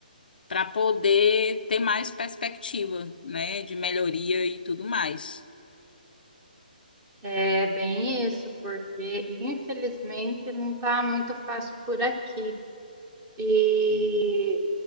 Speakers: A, on the left (about 70°); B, on the right (about 20°).
A: para poder ter mais perspectiva, né, de melhoria e tudo mais.
B: É bem isso, porque infelizmente não está muito fácil por aqui. E,